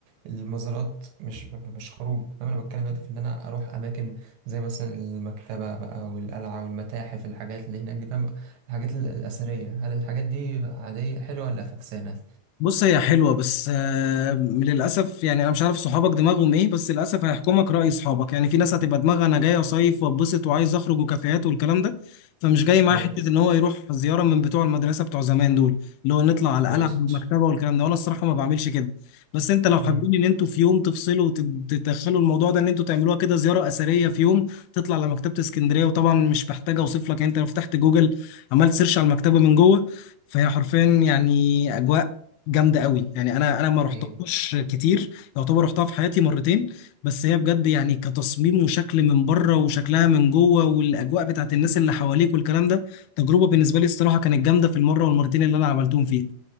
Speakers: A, on the right (about 75°); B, on the left (about 85°).
A: المزارات مش ب- مش خروج فاهم أنا بتكلم دلوقتي في إن أنا أروح أماكن زي مثلا المكتبة بقى والقلعة والمتاحف الحاجات اللي هناك دي فاهم الحاجات ال- الأثرية هل الحاجات دي عادية حلوة ولا فكسانة؟
B: بص هي حلوة بس آه، للأسف يعني أنا مش عارف صحابك دماغهم إيه بس للأسف هيحكمك رأي صحابك يعني في ناس هتبقى دماغها أنا جاي أصيف وأتبسط وعايز أخرج وكافيهات والكلام ده فمش جاي معاه
A: حلو
B: حتة إن هو يروح زيارة من بتوع المدرسة بتوع زمان دول اللي هو نطلع على
A: ماشي
B: القلعة والمكتبة والكلام ده وأنا الصراحة ما بعملش كده بس أنت لو حابين
A: مم.
B: إن أنتوا في يوم تفصلوا وتدخلوا الموضوع ده إن أنتوا تعملوها كده زيارة أثرية في يوم تطلع على مكتبة اسكندرية وطبعا مش محتاجة أوصف لك أنت لو فتحت جوجل عملت سيرش على المكتبة من جوه فهي حرفيا يعني أجواء جامده قوي يعني انا انا ما رحتهاش
A: إيه.
B: كتير يعتبر رحتها في حياتي مرتين بس هي بجد يعني كتصميم وشكل من بره وشكلها من جوه والاجواء بتاعت الناس اللي حواليك والكلام ده تجربه بالنسبه لي الصراحه كانت جامده في المره والمرتين اللي انا عملتهم فيها